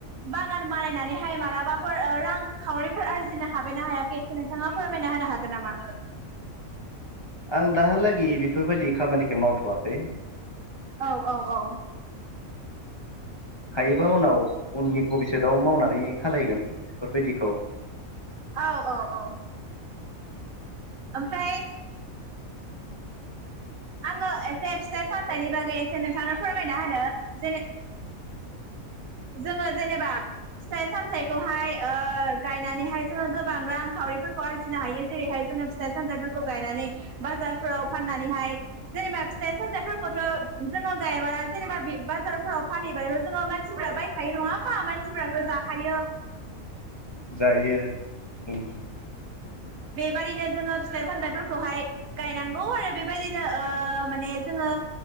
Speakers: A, on the right; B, on the left.
A: बागान बानायनानैहाय मालाबाफोर रां खावरि फोर आरजिनो हाबायना हायाखै नोंथांङा फोरमायना होनो हागोन नामा?
B: आं दाहाला ए बेफोरबायदि खामानिखौ मावथ'वाखै
A: औ औ औ
B: हायो नावनि <unintelligible> ट्रेदाव मावनानै खालायगोन बेफोरबायदिखौ
A: औ औ औ ओमफ्राय आंङो एसे फिथाइ सामथायाइनि बागै एसे नोंथांनो फोरमायना होनो जेने जोंङो जेनेबा फिथाइ सामथाइखौहाय ओ गायनानैहाय जोंङो गोबां रां खावरिफोरखौ आरजिनो हायो जेरैहाय जोंङो फिथाइ सामथाइफोरखौ गायनानै बाजारफोराव फाननानैहाय जेनेबा फिथाइ सामथाइफोरखौथ' जोंङो गायबा जेनेबा बाजारफोराव फानहैबाबो जोंङो मानसिफोरा बायखायो नंङाहोनबा मानसिफोराथ' जाखायो
B: जायो उम
A: बेबादिनो जोंङो फिथाइ सामथायफोरखौहाय गायनांगौ आरो बेबायाददिनो ओ माने जोंङो